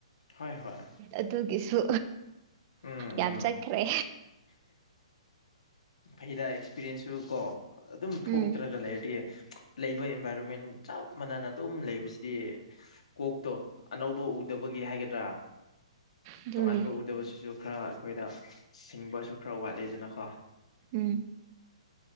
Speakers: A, on the left; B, on the right.
A: ꯍꯣꯏ ꯍꯣꯏ
B: ꯑꯗꯨꯒꯤꯁꯨ
A: ꯎꯝ
B: ꯌꯥꯝ
A: ꯎꯝ
B: ꯆꯠꯈ꯭ꯔꯦ
A: ꯐꯩꯗ ꯑꯦꯛꯁꯄꯤꯔꯤꯌꯦꯟꯁꯁꯨ ꯀꯣ ꯑꯗꯨꯝ ꯊꯣꯛꯇ꯭ꯔꯒ
B: ꯎꯝ
A: ꯂꯩꯔꯗꯤ ꯂꯩꯕ ꯏꯟꯚꯥꯏꯔꯣꯟꯃꯦꯟ ꯆꯞ ꯃꯥꯟꯅꯅ ꯑꯗꯨꯝ ꯂꯩꯕꯁꯤꯗꯤ ꯀꯣꯛꯇꯣ ꯑꯅꯧꯕ ꯎꯗꯕꯒꯤ ꯍꯥꯏꯒꯗ꯭ꯔꯥ
B: ꯑꯗꯨꯅꯤ
A: ꯇꯣꯉꯥꯟꯕ ꯎꯗꯕꯁꯤꯁꯨ ꯈꯔ ꯑꯩꯈꯣꯏꯗ ꯁꯤꯡꯕ ꯈꯔ ꯋꯥꯠꯂꯤꯗꯅꯀꯣ
B: ꯎꯝ